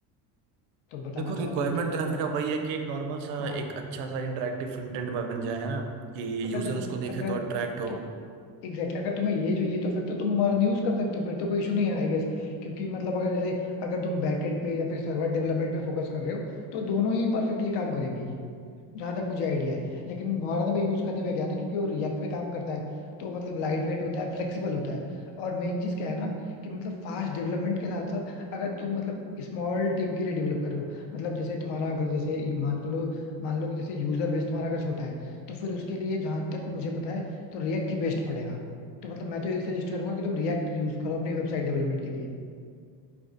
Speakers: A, on the left (about 75°); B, on the right (about 85°).
A: तो बताना
B: देखो रिक्वायरमेंट
A: चाहो तो बता सकते
B: है मेरा
A: हो
B: वही है कि एक नॉर्मल सा
A: हाँ
B: एक अच्छा सा इंटरेक्टिव फ्रंट एंड बन जाए है ना कि
A: अगर
B: यूजर
A: देखो
B: उसको देखे
A: अगर
B: तो अट्रैक्ट हो
A: तो एग्जैक्टली exactly, अगर तुम्हें ये चाहिए तो फिर तो तुम मर्न यूज कर सकते हो फिर तो कोई इशू नहीं है आई गेस क्योंकि मतलब अगर जैसे अगर तुम बैकएंड पे या फिर सर्वर डेवलपमेंट पे फोकस कर रहे हो तो दोनों ही परफेक्टली काम करेंगी जहां तक मुझे आइडिया है लेकिन मोहाना में यूज करने में क्या है ना क्योंकि वो रिएक्ट पे काम करता है तो मतलब लाइट वेट होता है फ्लेक्सिबल होता है और मेन चीज क्या है ना कि मतलब फास्ट डेवलपमेंट के साथ साथ अगर तुम मतलब स्मॉल टीम के लिए डेवलप कर रहे हो मतलब जैसे तुम्हारा अगर जैसे यू- मान को लो मान लो कि जैसे यूजर बेस तुम्हारा अगर छोटा है तो फिर उसके लिए जहां तक मुझे पता है तो रिएक्ट ही बेस्ट पड़ेगा तो मतलब मैं तो यही सजेस्ट करूंगा कि तुम रिएक्ट यूज करो अपनी वेबसाइट डेवलपमेंट के लिए